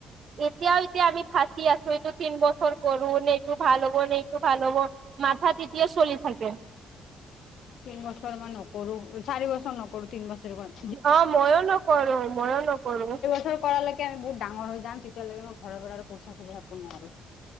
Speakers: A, on the right; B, on the left.
A: এতিয়াও এতিয়া আমি ফাঁচি আছো, এইটো তি বছৰ কৰো নে এইটো ভাল হ'ব নে এইটো ভাল হ'ব। মাথা তেতিয়া চলি থাকে।
B: তিন বছৰ মান নকৰো চাৰি বছৰ নকৰো তিন বছৰে ম-
A: অ মইয়ো নকৰো মইয়ো নকৰো।
B: কৰাকে আমি বহুত ডাঙ হৈ যাম তেতিয়ালৈকে ম ঘৰ পৰা আৰু পইচা খোজ নোৱাৰো